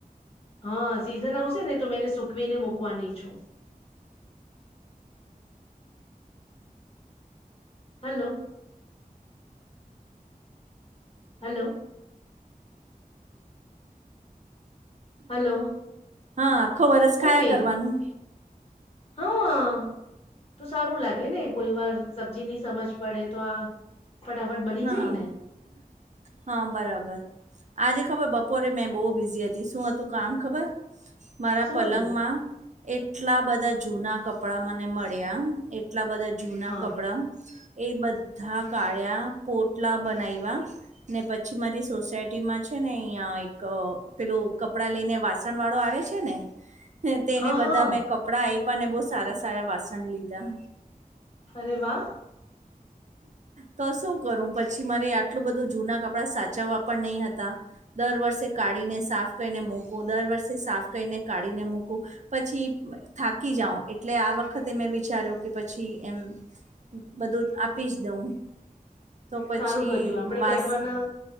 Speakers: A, on the left; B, on the right.
A: હા સીઝન આવશે ને તો મે એને સુખવી ને મૂકવાની છું. Hello hello. હલો.
B: હા આખો વરસ ખાયા
A: ઓકે
B: કરવાનું.
A: હા. તો સારું લાગે ને કોઈ વાર સબ્જી નહી સમજ પડે તો આ. ફટાફટ બની.
B: હા
A: જાય ને
B: હા બરાબર. આજે ખબર બપોરે મેં બહુ બિઝી હતી શું હતું કામ ખબર મારા
A: શું
B: પલંગમાં.
A: હતું
B: એટલા બધા જૂના કપડા મને મળ્યા એટલા બધા. જૂના
A: હા
B: કપડા એ બધા કાળ્યા પોટલા બનાવવા. ને પછી મારી સોસાયટીમાં છે ને અહિયાં એક પેલું કપડાં લઈ ને વાસણ વાળો આવે. ને તેને
A: હા
B: બધા
A: હા
B: મેં કપડા આપ્યાને બહ સારા સારા વાસણ લીધા.
A: અરે વાહ.
B: તો શું કરું પછી મારે આટલું બધું જૂના કપડા સાચા વાપર નહીં હતા. દર વર્ષે કાઢીને સાફ કરીને મૂકું દર વર્ષે સાફ કરીને કાઢીને મૂકું. પછી થાકી જાઓ એટલે આ વખતે મેં વિચાર્યું કે પછી એમ. બધું આપી જ દઉં. તો પછી
A: સારું કર્યું આપડે
B: વાસ
A: પહેરવાના